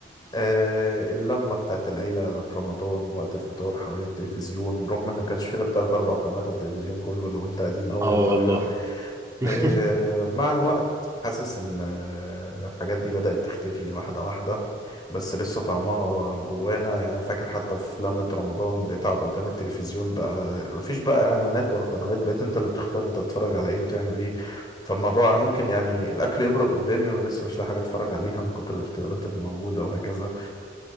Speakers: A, on the left; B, on the right.
A: آه، اللمة بتاعت العيلة في رمضان وقت الفطار حوالين التلفزيون رغم إنه ما كانش فيه غير تلات أربع قنوات على التلفزيون كله لو أنت قديم أوي
B: آه
A: للدرجة
B: والله <laughs>
A: آه، مع الوقت حاسس ان آه، الحاجات دي بدأت تختفي واحدة واحدة بس لسه طعمها جوانا يعني أنا فاكر حتى في لمة رمضان بتقعد قدام التلفزيون بقى مفيش بقى اعلانات ولا قنوات بقيت انت اللي بتختار انت تتفرج على ايه وتعمل ايه فالموضوع انا ممكن يعني الاكل يبرد قدامي وانا لسه مش لاقي حاجة اتفرج عليها من كتر الاختيارات اللي موجودة وهكذا